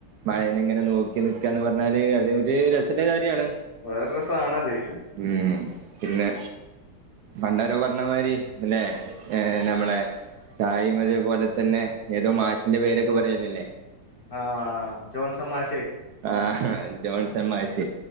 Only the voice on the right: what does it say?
മഴനെങ്ങനെ നോക്കി <unintelligible> പറഞ്ഞാല് അത് ഒരു രസള്ള കാര്യമാണ്
ഉം പിന്നെ പണ്ടാരോ പറഞ്ഞമാതിരി അല്ലെ ഏർ നമ്മളെ അതേ പോലെ തന്നെ ഏതോ മാഷിന്റെ പേരൊക്കെ പറയലല്ലേ
ആഹ് ജോൺസൻ മാശ്